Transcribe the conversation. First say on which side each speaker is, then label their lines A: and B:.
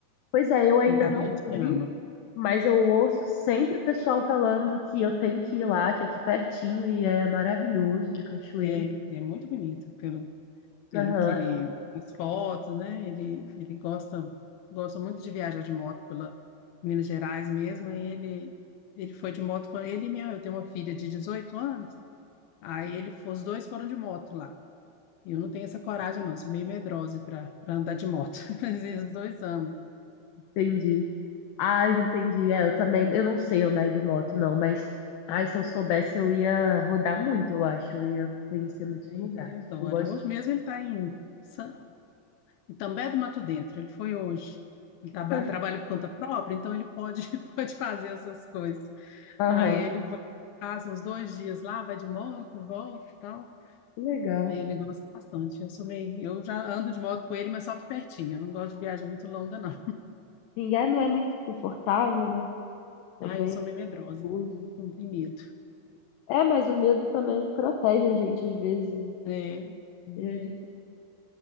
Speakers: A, on the left; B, on the left.
A: pois é, eu ainda
B: Em casa
A: não
B: a gente
A: fui,
B: ama.
A: mas eu ouço sempre o pessoal falando que eu tenho que ir lá, que é aqui pertinho e é maravilhoso de cachoeira.
B: É, é muito bonito pelo, pelo
A: Aham,
B: que ele as fotos, né? Ele, ele gosta, gosta muito de viajar de moto pela Minas Gerais mesmo. Aí ele, ele foi de moto com ele e minha, eu tenho uma filha de 18 anos. Aí ele, os dois foram de moto lá. Eu não tenho essa coragem, não. Sou meio medrosa para andar de moto. <laughs> Mas eles dois amam.
A: entendi. Ah, entendi. É, eu também, eu não sei andar de moto não, mas ai, se eu soubesse eu ia rodar muito, eu acho, eu ia conhecer muitos
B: né?
A: lugares.
B: Ele adora.
A: Eu gosto
B: Hoje mesmo ele está em Sa- Itambé do Mato Dentro. Ele foi hoje. Ele taba-
A: tanto.
B: trabalha por conta própria, então ele pode, <laughs> pode fazer essas coisas.
A: Aham,
B: Aí ele vai, passa uns dois dias lá, vai de moto, volta e tal.
A: que legal.
B: Aí ele gosta bastante. Eu sou meio, eu já ando de moto com ele, mas só que pertinho. Eu não gosto de viagem muito longa, não.
A: sim é não é muito confortável, né? Também
B: Ah, eu sou meio medrosa,
A: perigoso.
B: então não tenho medo.
A: É, é, mas o medo também protege a gente às vezes, né?
B: É, ele,
A: É difícil.